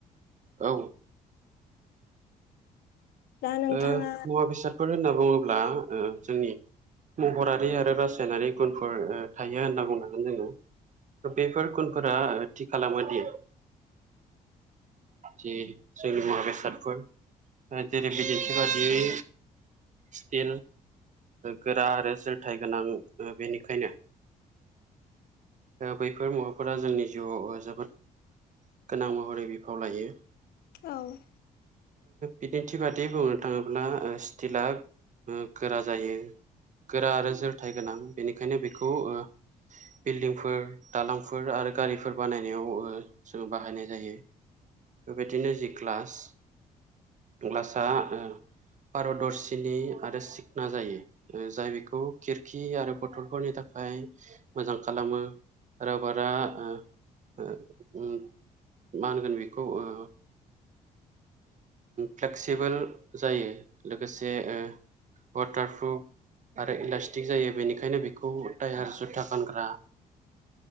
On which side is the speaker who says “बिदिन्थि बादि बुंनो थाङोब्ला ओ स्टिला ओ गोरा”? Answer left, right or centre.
Right